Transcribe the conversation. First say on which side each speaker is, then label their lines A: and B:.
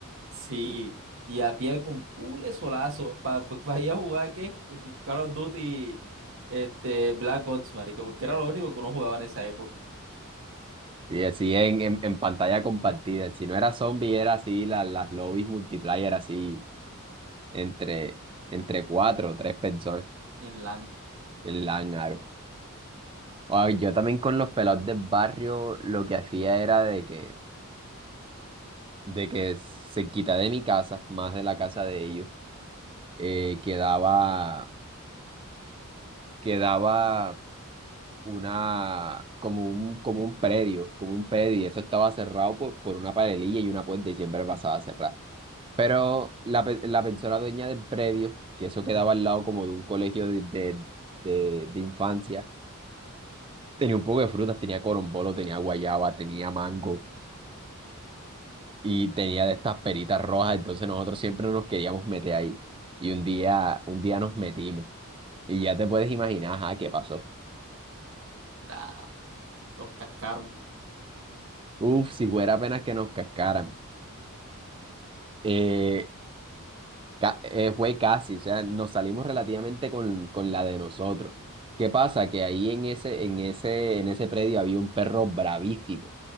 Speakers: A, on the right; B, on the right.
A: Sí, y a pie con cule solazo para ir a jugar ¿qué? <laughs> Y Call of Duty, este, Black Ops, marico, porque era lo único que uno jugaba en esa época.
B: Y así en, en, en pantalla compartida. Si no era zombie, era así, la- las lobbies multiplayer así, entre, entre cuatro o tres personas
A: En LAN,
B: en Langar. Ay, yo también con los pelados del barrio lo que hacía era de que, de que se quita de mi casa, más de la casa de ellos, eh, quedaba, quedaba una, como un, como un predio, como un predio, y eso estaba cerrado por, por una paredilla y una puerta y siempre pasaba a cerrar. Pero la, pe- la persona dueña del predio, que eso quedaba al lado como de un colegio de, de, de, de infancia, tenía un poco de frutas, tenía corombolo, tenía guayaba, tenía mango y tenía de estas peritas rojas, entonces nosotros siempre nos queríamos meter ahí. Y un día, un día nos metimos y ya te puedes imaginar, ajá, qué pasó.
A: ah, los cascaron. <laughs>
B: Uf, si fuera apenas que nos cascaran. Eh, Ca- eh, fue casi, o sea, nos salimos relativamente con, con la de nosotros. ¿Qué pasa? Que ahí en ese, en ese, en ese predio había un perro bravísimo.